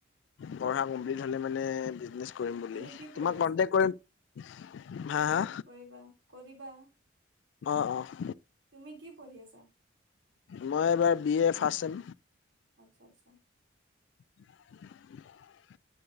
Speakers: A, on the left; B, on the right.
A: পঢ়া কমপ্লিট হ'লে মানে বিজনেছ কৰিম বুলি,
B: তুমি কি পঢ়ি
A: তোমাক
B: আছা
A: কন্তেক কৰিম। হা
B: উম
A: হা?
B: কৰিবা কৰিবা।
A: অ' অ'
B: তুমি কি পঢ়ি আছা
A: মই এবাৰ বি এ ফাছ চেম।
B: আটচ্ছা আটচ্ছা।
A: <inaudible>